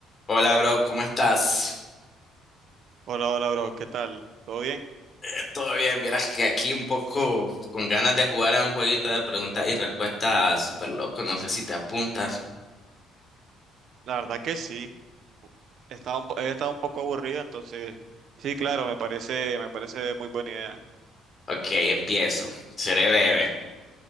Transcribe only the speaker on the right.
Hola, hola, bro, ¿qué tal? ¿Todo bien?
La verdad que sí, estaba un, po- he estado un poco aburrido, entonces sí, claro, me parece, me parece muy buena idea.